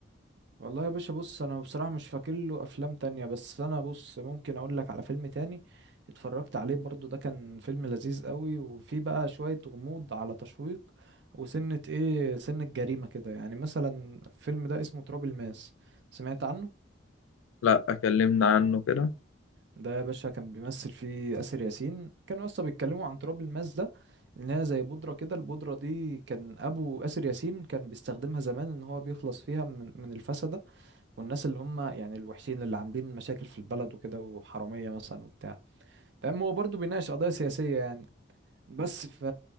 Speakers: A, on the right; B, on the left.
A: والله يا باشا بص انا بصراحة مش فاكر له افلام تانية بس انا بص ممكن اقول لك على فيلم تاني اتفرجت عليه برضو ده كان فيلم لذيذ قوي وفيه بقى شوية غموض على تشويق وسنة ايه سنة جريمة كده يعني مثلا الفيلم ده اسمه تراب الماس سمعت عنه
B: لأ كلمنا عنه كده
A: ده يا باشا كان بيمثل فيه آسر ياسين كانوا اصلا بيتكلموا عن تراب الماس ده ان هي زي بودرة كده البودرة دي كان ابو آسر ياسين كان بيستخدمها زمان ان هو بيخلص فيها من من الفسد والناس اللي هم يعني الوحشين اللي عاملين مشاكل في البلد وكده وحرامية مثلا وبتاع فاهم هو برضه بيناقش قضايا سياسية يعني بس ف...